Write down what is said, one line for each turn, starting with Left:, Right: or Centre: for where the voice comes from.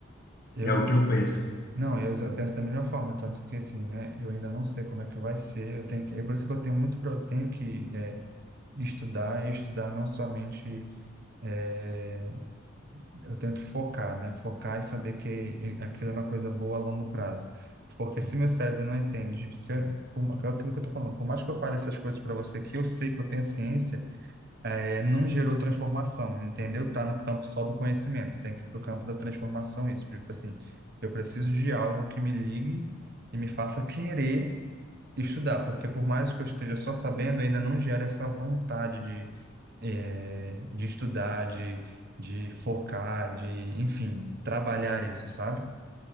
Right: Eu,
Left: é o que eu penso.
Right: não, eu exa- penso da mesma forma, tanto que assim, né, eu ainda não sei como é que vai ser, eu tenho que, é por isso que eu tenho muito, pro- eu tenho que é, estudar, e estudar não somente, é, eu tenho que focar, né, focar e saber que e- aquilo é uma coisa boa a longo prazo, porque se meu cérebro não entende, se, eu- por, é aquilo que eu tô falando, por mais que eu fale essas coisas para você, que eu sei que eu tenho ciência, é, não gerou transformação, entendeu? Tá no campo só do conhecimento, tem que ir para o campo da transformação isso. Tipo assim, eu preciso de algo que me ligue e me faça querer estudar, porque por mais que eu esteja só sabendo, ainda não gera essa vontade de, é, de estudar, de, de focar, de, enfim, trabalhar isso, sabe?